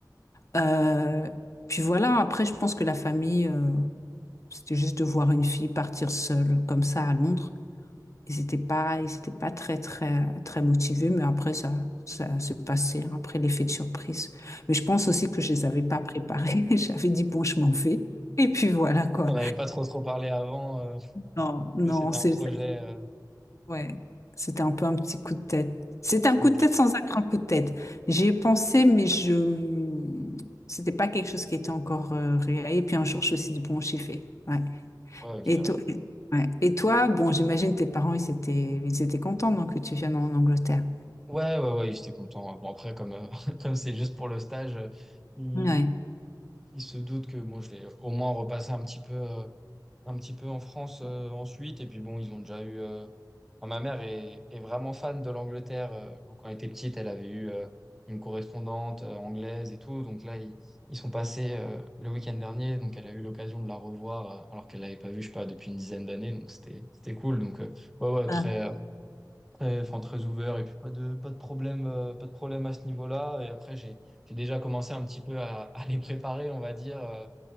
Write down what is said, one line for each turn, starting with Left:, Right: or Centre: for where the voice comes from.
Left: Euh, puis voilà, après, je pense que la famille, euh, c'était juste de voir une fille partir seule comme ça à Londres. Ils étaient pas, ils étaient pas très, très, très motivés, mais après, ça, ça se passait, hein, après l'effet de surprise. Mais je pense aussi que je les avais pas préparés. <laughs> J'avais dit, bon, je m'en vais. Et puis voilà, quoi.
Centre: On n'avait pas trop trop parlé avant euh,
Left: Non, non,
Centre: que c'était
Left: c'était,
Centre: un projet. euh,
Left: ouais, c'était un peu un petit coup de tête. C'était un
Centre: Ok.
Left: coup de tête sans être un grand coup de tête. J'y ai pensé, mais je, c'était pas quelque chose qui était encore euh, réel. Et puis un jour, je me suis dit, bon, j'y vais. Ouais.
Centre: Ouais, ok,
Left: Et
Centre: ouais.
Left: toi, ouais. Et toi, bon, j'imagine tes parents, ils étaient, ils étaient contents, donc, que tu viennes en Angleterre.
Centre: Ouais, ouais, ouais, j'étais content. Bon, après, comme euh, <laughs> comme c'est juste pour le stage, euh, ils,
Left: Ouais.
Centre: ils se doutent que bon, je vais au moins repasser un petit peu. euh, un petit peu en France euh, ensuite. Et puis bon, ils ont déjà eu. euh, enfin, ma mère est, est vraiment fan de l'Angleterre. euh, donc, quand elle était petite, elle avait eu euh, une correspondante euh, anglaise et tout. Donc là, ils, ils sont passés euh, le week-end dernier. Donc elle a eu l'occasion de la revoir euh, alors qu'elle l'avait pas vue, je sais pas, depuis une dizaine d'années. Donc c'était c'était cool. Donc euh, ouais, ouais,
Left: Ah.
Centre: très, euh, très, enfin, très ouvert. Et puis pas de, pas de problème, euh, pas de problème à ce niveau-là. Et après, j'ai j'ai déjà commencé un petit peu à, à les préparer, on va dire. euh,